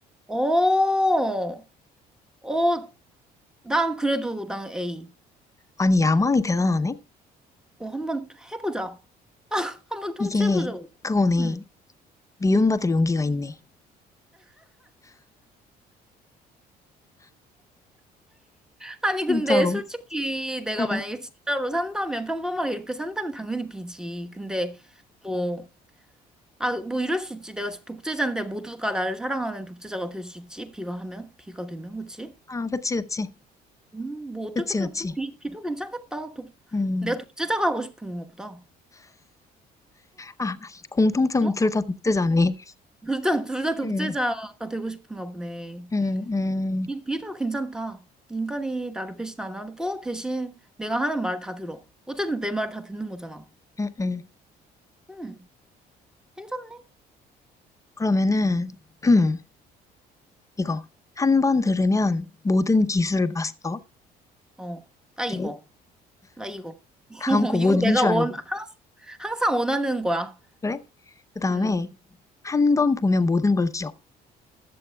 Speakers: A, in the centre; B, on the left.
A: 어, 어, 난 그래도 난 A.
B: 아니, 야망이 대단하네?
A: 어, 한번 해보자. 한번 통치해보자.
B: 이게 그거네.
A: 음.
B: 미움받을 용기가 있네.
A: 아니,
B: 진짜로.
A: 근데 솔직히 내가
B: 응.
A: 만약에 진짜로 산다면, 평범하게 이렇게 산다면 당연히 B지. 근데, 뭐, 아, 뭐 이럴 수 있지. 내가 독재자인데 모두가 나를 사랑하는 독재자가 될 수 있지. 비가 하면, 비가 되면, 그치?
B: 아, 그치, 그치.
A: 음, 뭐 어떻게든
B: 그치, 그치.
A: 그 비, 비도 괜찮겠다. 독,
B: 음.
A: 내가 독재자가 하고 싶은 건가 보다.
B: 아, 공통점은
A: 어?
B: 둘 다 독재자네.
A: 둘다, 둘 다 독재자가
B: 응.
A: 되고 싶은가 보네.
B: 응, 응,
A: 이 비도 괜찮다. 인간이 나를 배신 안 하고 대신 내가 하는 말 다 들어. 어쨌든 내 말 다 듣는 거잖아.
B: 응, 응.
A: 음, 괜찮네.
B: 그러면은, <clears throat> 이거 한 번 들으면 모든 기술을 마스터.
A: 어, 나 이거,
B: 돼.
A: 나 이거. <laughs>
B: 다음 거
A: 이거
B: 뭔
A: 내가
B: 줄
A: 원,
B: 알고.
A: 항상 항상 원하는 거야.
B: 그래? 그 다음에
A: 음,
B: 한 번 보면 모든 걸 기억.